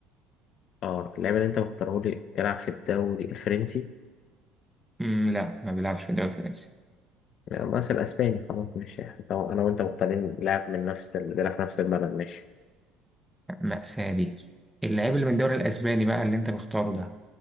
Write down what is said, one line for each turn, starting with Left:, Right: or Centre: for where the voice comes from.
Left: اه اللعيب اللي أنت مختاره لي بيلعب في الدوري الفرنسي
Centre: مم، لا ما بيلعبش في الدوري الفرنسي
Left: لا، بس الأسباني خلاص ماشي طبعا أنا وأنت مختارين لاعب من نفس ال... بيلعب في نفس البلد ماشي
Centre: مأساة دي اللاعب اللي من الدوري الأسباني بقى اللي أنت مختاره ده